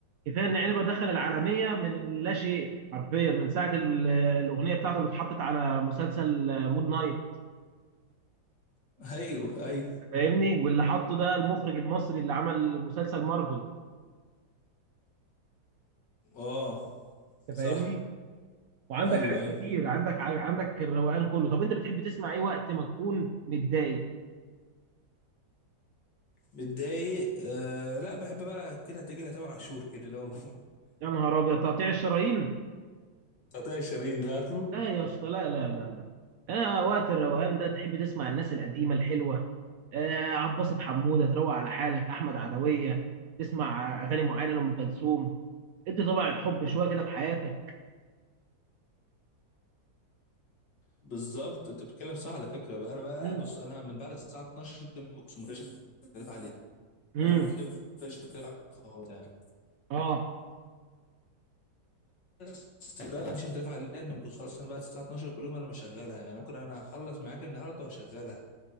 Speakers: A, on the right; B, on the left.
A: كفايه ان عنبه دخل العالميه من لا شيء حرفيا من ساعه ال- الاغنيه بتاعته اللي اتحطت على مسلسل مون نايت
B: <laughs> ايوه ايوه
A: فاهمني واللي حطه ده المخرج المصري اللي عمل مسلسل مارفل
B: اه
A: انت فاهمني
B: صح
A: وعندك
B: ايوه
A: حاجات
B: ايوه
A: كتير عندك ع- عندك الروقان كله طب انت بتحب تسمع ايه وقت ما تكون متضايق
B: متضايق آه لا بحب بقى كده تجي لها تامر عاشور كده لو
A: يا نهار ابيض تقطيع الشرايين
B: <laughs> تقطيع الشرايين ده عارفه
A: لا يا اسطى لا لا لا لا انا وقت الروقان ده تحب تسمع الناس القديمه الحلوه آه عباسة حموده تروق على حالك احمد عدويه تسمع اغاني معينه لام كلثوم ادي طبع الحب شويه كده في حياتك
B: بالظبط انت بتتكلم صح على فكره بقى انا بقى لا
A: امم
B: بص انا من بعد الساعه 12 دي ما كنتش مفيش اختلاف عليها
A: امم
B: يعني عندي دي مفيش اختلاف عليها خالص يعني
A: اه
B: بس لا ما عنديش اختلاف عليها ان ما كنتش خلاص انا بعد الساعه 12 كل يوم انا مشغلها يعني ممكن انا اخلص معاك النهارده واشغلها